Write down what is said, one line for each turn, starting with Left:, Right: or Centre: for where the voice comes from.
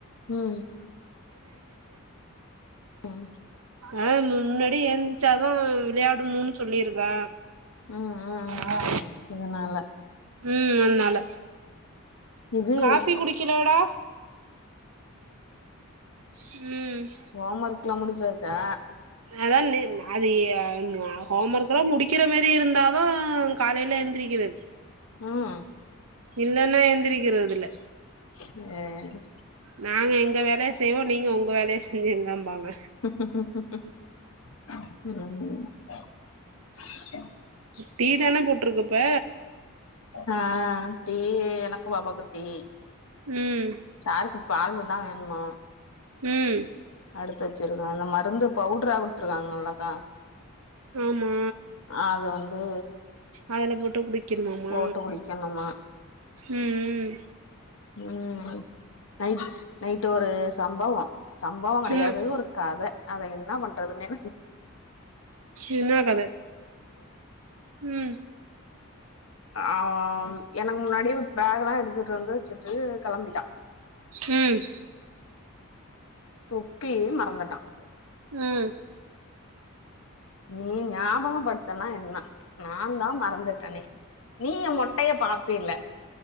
Left: ம் ம்
Right: அ முன்னாடியே ஏன்ச்சாதான் விளையாடணும்ன்னு சொல்லியிருக்க
Left: ம் ம்
Right: அ
Left: அதனால
Right: ம் அனால
Left: இது
Right: காஃபி குடிக்கலடா ம்
Left: ஹோம் ஒர்க் எல்லாம் முடிச்சாச்சா
Right: அதான் நே அது எ அ ஹோம் ஒர்க்கெல்லாம் முடிக்கிற மேரி இருந்தாலும் காலையில எந்திரிக்கிறது
Left: ம்
Right: இல்லன்னா எந்திரிக்கிறது இல்ல
Left: சேரி
Right: நாங்க எங்க வேலைய செய்வோம் நீங்க உங்க வேலைய செய்ங்கம்பாங்க
Left: ம்
Right: டீ தானே போட்டிருக்க இப்ப
Left: ஆ டீ எனக்கும் பாப்பாக்கும் டீ
Right: ம்
Left: சாருக்கு பால் வந்தா வாங்கனு
Right: ம்
Left: அடுத்து வச்சிருக்காங்க மருந்து பவுடரா குடுத்துருக்காங்கல்லக்கா
Right: ஆமா
Left: அது வந்து
Right: அதுல போட்டு குடிக்கனுமாமா
Left: போட்டு குடிக்கணுமா
Right: ம் ம்
Left: ம் நைட் நைட் ஒரு சம்பவோ சம்பவம் கிடையாது
Right: ம் ம்
Left: ஒரு கத அத என்ன பண்றதுன்னே
Right: என்ன கத ம்
Left: ஆ எனக்கு முன்னாடியே பேக் எல்லாம் எடுத்துட்டு வந்து வச்சுட்டு கிளம்பிட்டான்
Right: ம்
Left: தொப்பியு மறந்துட்டான்
Right: ம்
Left: நீ ஞாபகபடுத்தனா என்னா நான்தா மறந்துட்டனே நீ என் மொட்டைய பாத்தில்ல